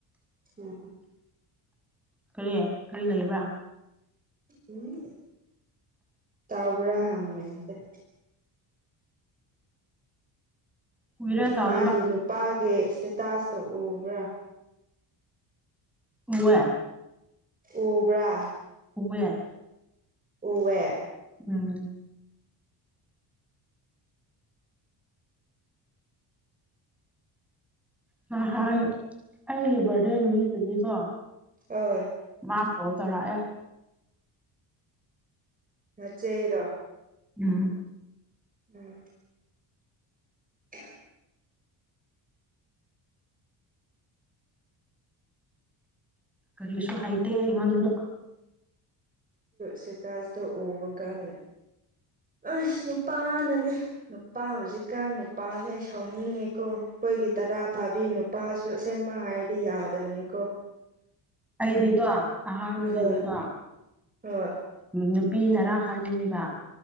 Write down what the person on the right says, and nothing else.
ꯎꯝ
ꯎꯝ ꯇꯥꯎꯕ꯭ꯔꯥ ꯍꯪꯕꯅꯤꯗ
ꯃꯥꯒꯤ ꯅꯨꯄꯥꯒꯤ ꯏꯁꯇꯦꯇꯥꯁꯇꯣ ꯎꯕ꯭ꯔꯥ
ꯎꯕ꯭ꯔꯥ
ꯎꯋꯦ
ꯑꯥ
ꯅꯆꯦꯔꯣ
ꯎꯝ <inaudible>
ꯁꯤꯇꯥꯁꯇ ꯎꯕ ꯀꯟꯅꯤ ꯑꯁ ꯅꯨꯄꯥꯅꯅꯤ ꯅꯨꯄꯥ ꯍꯧꯖꯤꯛꯀꯥꯟ ꯅꯨꯄꯥꯁꯦ ꯑꯩ ꯁꯥꯎꯅꯤꯡꯉꯦꯀꯣ ꯑꯩꯈꯣꯏꯒꯤ ꯇꯔꯥ ꯐꯥꯕꯤ ꯅꯨ ꯄꯥꯁꯨ ꯑꯁꯦꯡꯕ ꯍꯥꯏꯔꯗꯤ ꯌꯥꯗꯕꯅꯤꯀꯣ
ꯍꯣꯏ ꯍꯣꯏ